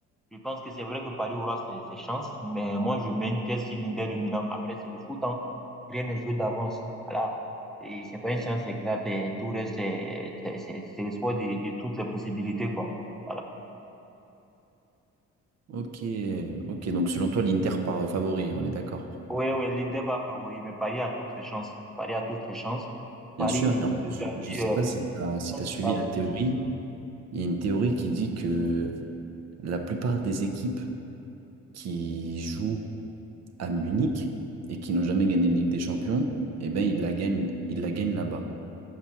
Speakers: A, in the centre; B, on the right.
A: je pense que c'est vrai que Paris aura ses, ses chances, mais moi, je mets une pièce sur l'Inter de Milan. Après, c'est le foot, hein. Rien n'est joué d'avance. Voilà. Et c'est pas une chance exacte. et Tout reste, c'est, c'est, c'est, c'est l'espoir de, de toutes les possibilités, quoi. Voilà.
B: Ok, ok. Donc selon toi, l'Inter part euh, favori, on est d'accord.
A: Oui, oui, l'Inter pas favori, mais Paris a toutes ses chances. Paris a toutes ses chances. Paris,
B: Bien sûr. Et en
A: comme
B: plus,
A: tu l'as
B: je
A: dit,
B: ne sais
A: euh,
B: pas si tu as, si
A: comme
B: t'as suivi
A: tu l'as
B: la
A: dit,
B: théorie. Il y a une théorie qui dit que la plupart des équipes qui jouent à Munich et qui n'ont jamais gagné la Ligue des Champions, eh ben, ils la gagnent, ils la gagnent là-bas.